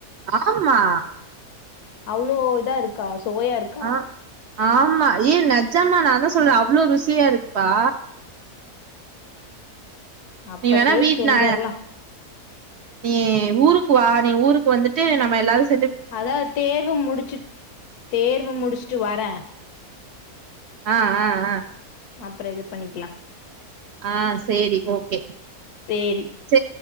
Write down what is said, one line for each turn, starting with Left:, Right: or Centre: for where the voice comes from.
Right: ஆமா
Left: அவ்ளோ இதா இருக்கா சுவையா இருக்கு
Right: ஆ ஆமா ஏய் நெஜமா நா தா சொல்றே அவ்ளோ ருசியா இருக்குப்பா
Left: அப்ப
Right: நீ வேணா
Left: சேரி
Right: வீட்லா
Left: செஞ்சர்லா
Right: நீ ஊருக்கு வா நீ ஊருக்கு வந்துட்டு நம்ம எல்லாரும்
Left: அதா தேர்வு முடிச்சு தேர்வு முடிச்சுட்டு வரேன்
Right: ஆ ஆ ஆ
Left: அப்பறம் இது பண்ணிக்கலாம்
Right: ஆ சேரி ஓகே
Left: சேரி
Right: ச